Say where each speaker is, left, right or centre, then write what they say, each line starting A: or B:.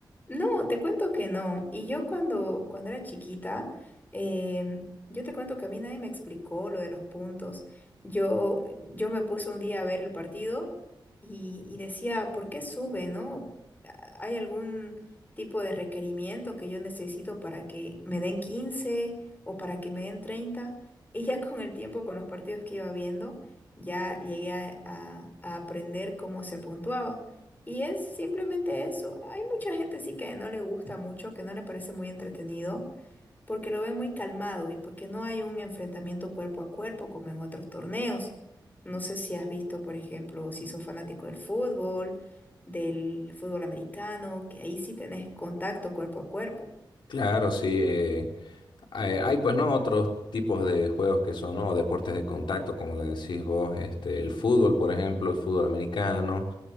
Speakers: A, on the left; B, on the left.
A: No, te cuento que no. Y yo cuando, cuando era chiquita, em, yo te cuento que a mí nadie me explicó lo de los puntos. Yo, yo me puse un día a ver el partido y, y decía, ¿por qué sube, no? ¿A- ¿Hay algún tipo de requerimiento que yo necesito para que me den 15 o para que me den treinta. <laughs> Y ya con el tiempo, con los partidos que iba viendo, ya llegué a, a a aprender cómo se puntuaba. Y es simplemente eso. Hay mucha gente sí que no le gusta mucho, que no le parece muy entretenido, porque lo ven muy calmado y porque no hay un enfrentamiento cuerpo a cuerpo como en otros torneos. No sé si has visto, por ejemplo, si sos fanático del fútbol, del fútbol americano, que ahí sí tenés contacto cuerpo a cuerpo.
B: Claro, sí. eh, Hay, hay, pues no otros tipos de juegos que son, ¿no? Deportes de contacto, como le decís vos, este, el fútbol, por ejemplo, el fútbol americano.